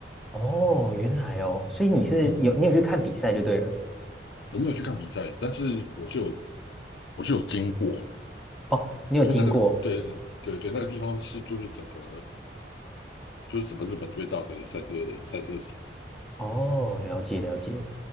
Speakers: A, in the centre; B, on the left.
A: 哦，原来哦，所以你是有你有去看比赛就对了。
B: 嗯，我没有去看比赛，但是我是有我是有经过，
A: 哦，你有经过
B: 因为那个对对对，那个地方是就是整个就是整个日本最大的赛车赛车场。
A: 哦，了解了解。